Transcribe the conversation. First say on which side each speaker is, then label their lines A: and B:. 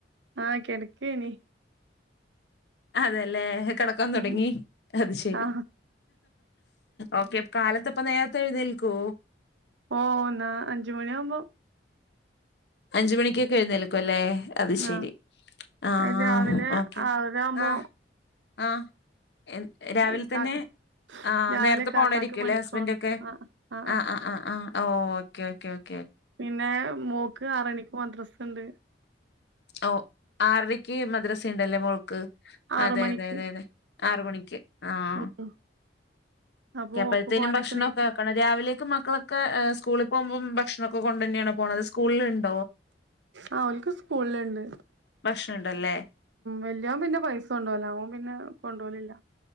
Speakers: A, on the right (about 75°); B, on the left (about 65°).
A: ആഹ കിടക്ക നീ
B: അതല്ലേ കിടക്കാൻ തുടങ്ങി
A: ഉം
B: അത് ശരി
A: ആ
B: ഓക്കെ കാലത്ത് ഇപ്പ നേരത്തെ എഴുന്നേൽക്കൂ
A: ഓ ഒന്നാ അഞ്ചുമണിയാവവുമ്പോ
B: അഞ്ച് മണിക്കൊക്കെ എഴുന്നേൽക്കും അല്ലേ അത് ശരി
A: ആ
B: ആഹ
A: അത് രാവിലെ
B: ഓക്കെ
A: ആറരാവുമ്പോ
B: ഓ ആ. ആഹ് എൻ രാവില്തന്നെ
A: ഈ കാക്ക
B: ആഹ്
A: രാവിലെ
B: നേരത്തെ
A: കാക്കാക്ക്
B: പോണായിരിക്കുല്ലെ
A: പണിക്കോണം
B: ഹസ്ബൻഡൊക്കെ
A: ആ ആ
B: ആഹ് ആഹ് ആഹ് ഓഹ് ഓക്കെ ക്കെ ക്കെ
A: പിന്നേരും മോക്ക് ആറണിക്ക് മദ്രസ് ഇണ്ട്
B: ഓ ആറരയ്ക്ക് മദ്രസ ഉണ്ടല്ലേ മോൾക്ക്
A: ആറ്
B: അതെ
A: മണിക്ക്
B: തെ തെ തെ ആറ് മണിക്ക് ആഹ്
A: ഉം അപ്പൊ
B: ക്ക അപ്പഴത്തേനും
A: ഓക്ക് പോവാനൊക്കെ
B: ഭക്ഷണൊക്കെ
A: നീക്കും
B: ആക്കണം രാവിലേക്ക് മക്കളൊക്കെ സ്കൂളി പോ പോകുമ്പം ഭക്ഷണൊക്കെ കൊണ്ടെന്നാണ് പോണത് സ്കൂളിൽ ഇണ്ട്
A: ആഹ് ഓൻക്ക് സ്കൂ സ്കൂള്ണ്ട്
B: ഭക്ഷണം ഉണ്ടല്ലേ
A: വല്ല്യോൻ പിന്നെ പൈസൊണ്ടോല ഓം പിന്നെ കൊണ്ടോലില്ല